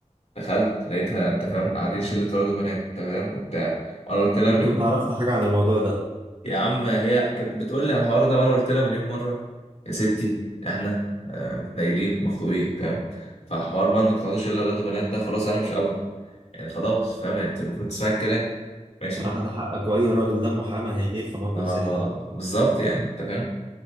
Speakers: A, on the left (about 60°); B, on the right (about 40°).
A: دخلت لقيتها انت فاهم قاعدين شله ولاد وبنات انت فاهم وبتاع وانا قلت لها
B: وانت ما تعرفش حاجة عن الموضوع ده
A: يا عم هي كانت بتقول لي على الحوار ده وانا قلت لها مليون مره يا ستي احنا آه، متنيلين مخطوبين فاهم فحوار بقى انك تقعدي شله ولاد وبنات ده خلاص انا مش قابله يعني خلاص فاهم يعني انت المفروض تسمعي الكلام ماشي
B: صراحة ده حقك واي راجل دمه حامي هيغير في موقف
A: ما-
B: زي
A: ما-
B: ده
A: بالظبط يعني انت فاهم